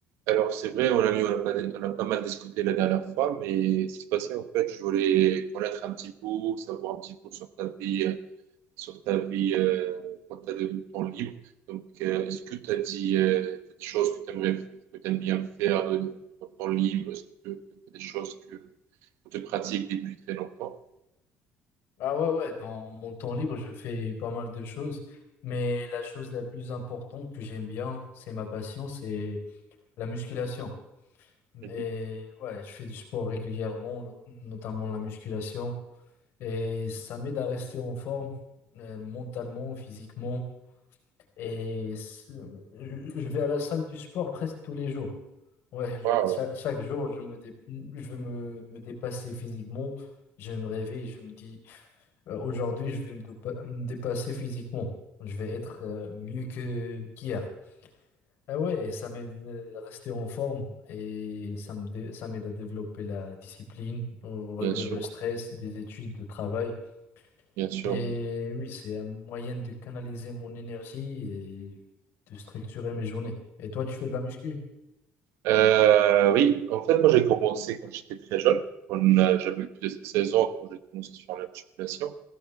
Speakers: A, on the right; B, on the left.
A: Alors, c'est vrai, on a, eu- on a pas, on a pas mal discuté la dernière fois, mais c'est passé, en fait, je voulais connaître un petit peu, savoir un petit peu sur ta vie, euh, sur ta vie euh, quand tu as de temps libre. Donc, euh, est-ce que tu as dit euh, des choses que tu aimerais, que tu aimes bien faire de, de ton temps libre? Est-ce que t'as des choses que, que tu pratiques depuis très longtemps?
B: Ah ouais, ouais, dans mon temps libre, je fais pas mal de choses, mais la chose la plus importante que j'aime bien, c'est ma passion, c'est la musculation.
A: Mhm.
B: Et ouais, je fais du sport régulièrement, no- notamment la musculation, et ça m'aide à rester en forme, euh, mentalement, physiquement, et c'est- je je vais à la salle du sport presque tous les jours. Ouais, je-
A: Waouh.
B: cha- chaque, jour, je me dé- je veux me, me dépasser physiquement, je me réveille, je me dis euh, Aujourd'hui, je vais me, dopa- me dépasser physiquement. Je vais être euh, mieux que qu'hier. Ah ouais, et ça m'aide euh, à rester en forme et ça me dé- ça m'aide à développer la discipline, euh, réduire
A: Bien sûr,
B: le stress des études, de travail.
A: bien sûr.
B: Et oui, c'est un moyen de canaliser mon énergie et de structurer mes journées. Et toi, tu fais de la muscu?
A: Euh, oui, en fait, moi j'ai commencé quand j'étais très jeune. On, euh, j'avais plus de 16 ans quand j'ai commencé sur la musculation.